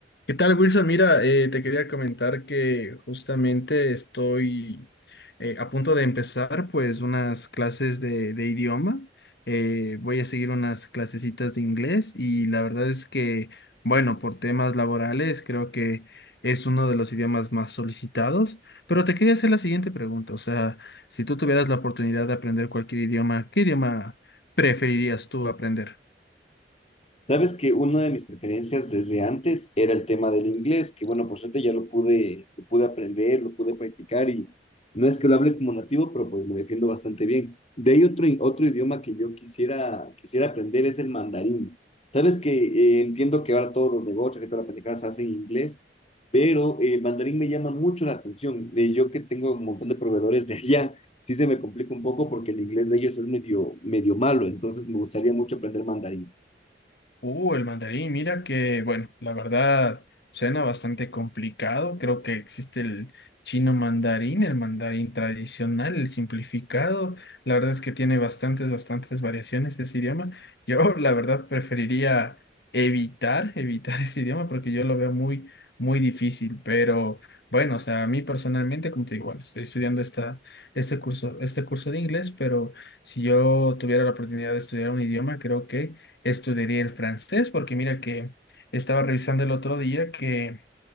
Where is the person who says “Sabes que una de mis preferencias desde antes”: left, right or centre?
Left